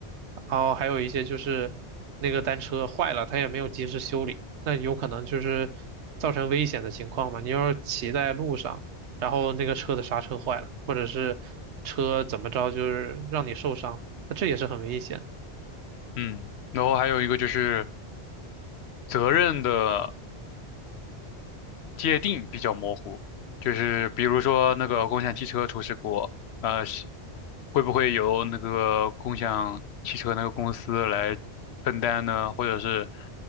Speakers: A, on the right; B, on the left.
A: 然后还有一些就是那个单车坏了，他也没有及时修理，那有可能就是造成危险的情况嘛。你要是骑在路上，然后那个车的刹车坏了，或者是车怎么着就是让你受伤，那这也是很危险的
B: 嗯，然后还有一个就是责任的界定比较模糊，就是比如说那个共享汽车出事故，呃，是会不会由那个共享汽车那个公司来分担呢？或者是